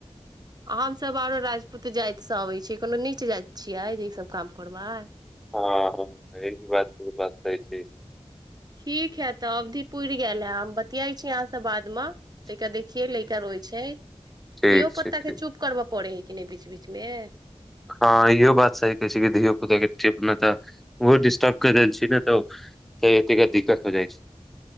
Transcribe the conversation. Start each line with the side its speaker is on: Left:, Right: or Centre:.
Right: हमसभ आरो राजपूत जातिसँ अबै छी कोनो नीच जाति छियै जे ईसभ काम करबै
Centre: हँ ई बात बातै छै
Right: ठीक है तऽ अवधी पुर गेलै िया छी यहाँ से बात मे त देखिये लैका रहो छै
Centre: ठीक
Right: धियो
Centre: छै
Right: पोता
Centre: ठीक
Right: के चुप करब पड़े हइ कि नहि बीच बीचमे
Centre: हँ इहो बात सही कहै छै कि धियो पुताके अपना तऽ ओहो डिस्टर्ब क देल छी ने तऽ एता दिक्कत हो जाइ छै